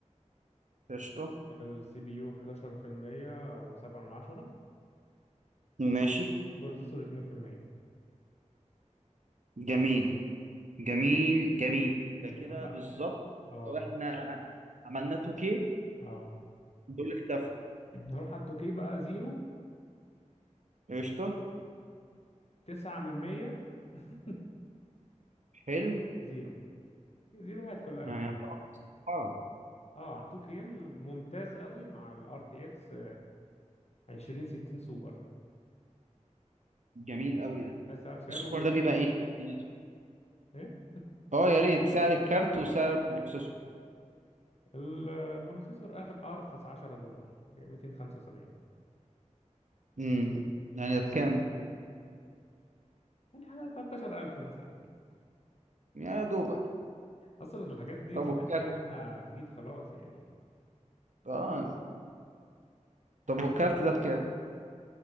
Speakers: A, on the right (about 75°); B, on the left (about 55°).
A: قشطة
B: السي بي يو 11% و7 من عشرة
A: ماشي
B: بروسيسور 2%
A: جميل جميل جميل ده
B: يبقى
A: كده
B: بقى
A: بالظبط
B: اه
A: لو احنا عملنا 2K
B: اه
A: دول اختفوا
B: نروح على التوكي بقى زيرو
A: قشطة
B: تسعة من مية <laughs>
A: حلو
B: زيرو زيروهات كلها
A: يعني
B: طبعا
A: يعتبر مسخرة
B: اه على التوكي ممتاز قوي مع الار تي اكس عشرين ستين سوبر
A: جميل قوي ده
B: بس سعره
A: السوبر ده بيبقى ايه امكانياته
B: ايه
A: اه يا ريت سعر الكارت وسعر البروسيسور
B: البروسيسور اغلى ارخص 10 دولار ب 275
A: امم يعني ده بكام ده
B: يعني حاجه 13000 مثلا
A: يا دوبك
B: اصلا الحاجات دي
A: طب
B: ما
A: والكارت
B: بقاش فيها منها جديد خلاص يعني
A: اه طب والكارت ده بكام